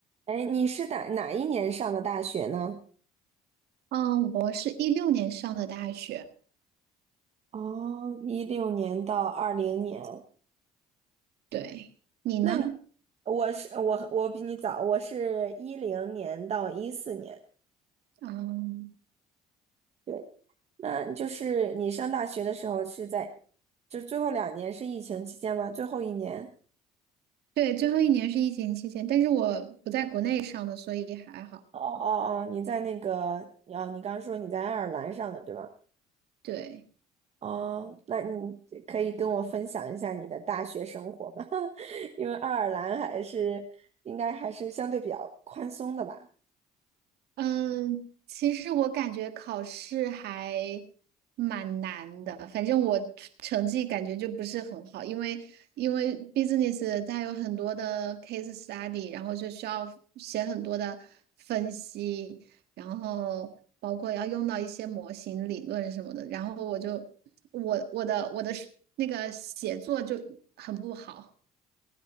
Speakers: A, on the right (about 40°); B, on the right (about 75°).
A: 哎，你是哪哪一年上的大学呢？
B: 嗯，我是一六年上的大学，
A: 哦，一六年到二零年，
B: 对，你呢？
A: 那你 <laughs> 我是我我比你早，我是一零年到一四年。
B: 嗯，
A: 对，那就是你上大学的时候是在，就是最后两年是疫情期间吗？最后一年？
B: 对，最后一年是疫情期间，但是我不在国内上的，所以还好。
A: 哦哦哦，你在那个哦，你刚说你在爱尔兰上的对吧？
B: 对。
A: 哦，那你可以跟我分享一下你的大学生活吗？<laughs> 因为爱尔兰还是应该还是相对比较宽松的吧？
B: 嗯，其实我感觉考试还蛮难的，反正我成成绩感觉就不是很好，因为因为 business 它有很多的 case study，然后就需要写很多的分析，然后包括要用到一些模型理论什么的，然后我就我我的我的那个写作就很不好。